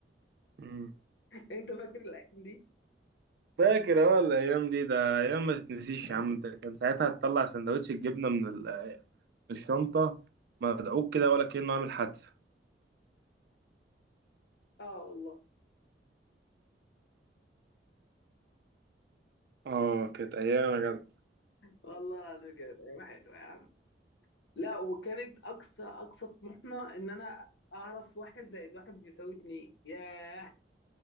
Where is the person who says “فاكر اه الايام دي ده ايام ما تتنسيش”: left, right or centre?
Right